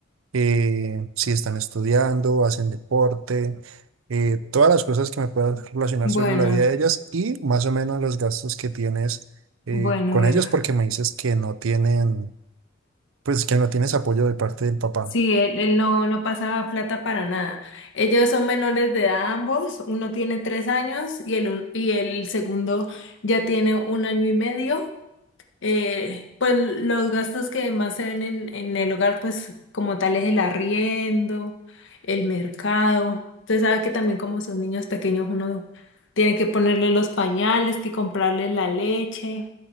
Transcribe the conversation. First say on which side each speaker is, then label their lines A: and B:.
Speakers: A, on the right; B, on the left.
A: eh, si están estudiando, hacen deporte, eh, todas las cosas que me puedas relacionar
B: Bueno,
A: sobre la vida de ellas y más o menos los gastos que tienes eh,
B: bueno,
A: con
B: bueno.
A: ellos, porque me dices que no tienen, pues que no tienes apoyo de parte del papá.
B: Sí, él, él no, no pasaba plata para nada. Ellos son menores de edad ambos, uno tiene tres años y el, un- y el segundo ya tiene un año y medio. Eh, pues los gastos que más se ven en, en el hogar, pues como tal es el arriendo, el mercado. Usted sabe que también como son niños pequeños, uno tiene que ponerle los pañales, que comprarle la leche